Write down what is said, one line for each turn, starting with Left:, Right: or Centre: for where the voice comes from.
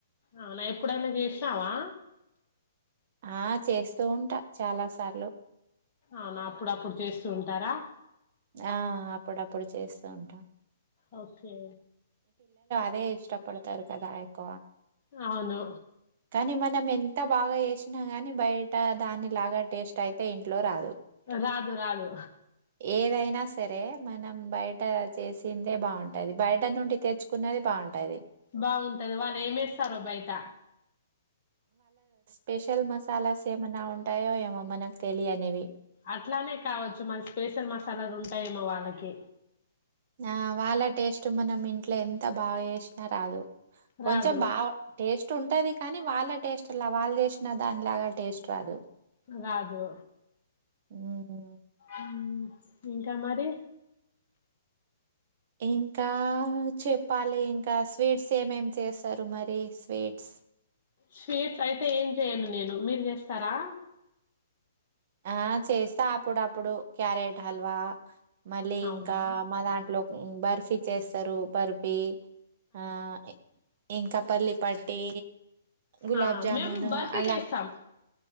Left: అవునా ఎప్పుడనా జేష్ణవా
Right: ఆ చేస్తూ ఉంటా చాలా సార్లు
Left: అవునా అప్పుడు అప్పుడు చేస్తూ ఉంటారా
Right: ఆ అప్పుడ అప్పుడు చేస్ వంటా
Left: ఓకే
Right: అదే ఇష్టపడతారు కదాయక
Left: అవును
Right: కాని మనం ఎంత బాగా చేసినా గాని బయట దాని లాగా టేస్ట్ అయితే ఇంట్లో రాదు
Left: రాదు రాదు
Right: ఏదైనా సరే మనం బయట చేసిందే బాగుంటది బయట నుండి తెచ్చుకునది బాగుంటది
Left: బాగుంటది వాళ్ళు ఏమేస్తారో బయట
Right: పెషల్ మసాలాస్ ఏమన్న ఉంటాయో ఏమో మనకు తెలియనివి
Left: అట్లానే కావచ్చు మరి స్పెషల్ మసాలాలు ఉంటాయేమో వాళ్ళకి
Right: ఆ వాళ్ళ టేస్ట్ మనం ఇంట్లో ఎంత బాగా చేేసినా రాదు కొంచెం
Left: రాదు
Right: బా టేస్ ఉంటది కానీ వాళ్ళ టేస్ట్లా వాళ్ళ చేసిన దాని లాగా టేస్ట్ రాదు
Left: రాదు
Right: హ్మ్.
Left: ఊ ఇంకా మరి
Right: ఇంకా చెప్పాలి ఇంకా స్వీట్స్ ఏమేం చేసరు మరి స్వీట్స్
Left: స్వీట్ అయితే ఏం చెయను నేను మీర్ చేస్తరా
Right: ఆ చేస్త అప్పుడ అప్పుడు క్యారెట్ హల్వా మళ్ళీ
Left: అవునా
Right: ఇంకా మా దాంట్లొ బర్ఫీ చేస్తరు బర్ఫీ ఆ ఎ ఇంకా పల్లిపట్టి గులాబ్జామున్
Left: ఆ మేము బర్ఫీ
Right: అలా
Left: చేస్తాం